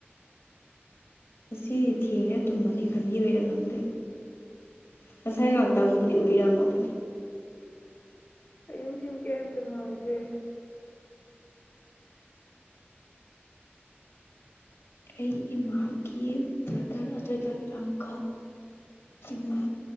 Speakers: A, on the left (about 85°); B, on the left (about 45°).
A: ꯉꯗꯤ ꯊꯦꯡꯅ ꯇꯨꯝꯃꯅꯤ ꯈꯟꯒꯤ ꯑꯣꯏꯅ ꯈꯪꯗꯦ ꯉꯁꯥꯏ ꯉꯥꯛꯇꯪꯕꯨꯗꯤ ꯎꯏꯔꯝꯃꯕꯅꯤ
B: ꯏꯟꯁꯤꯤꯟ ꯀꯦ ꯇ ꯃꯥꯗꯤ
A: ꯑꯩ ꯏꯃꯥꯒꯤ ꯕ꯭ꯔꯗꯔ ꯑꯗꯨ ꯑꯣꯏꯇꯥꯅꯦ ꯑꯪꯀꯜ ꯏꯃꯥ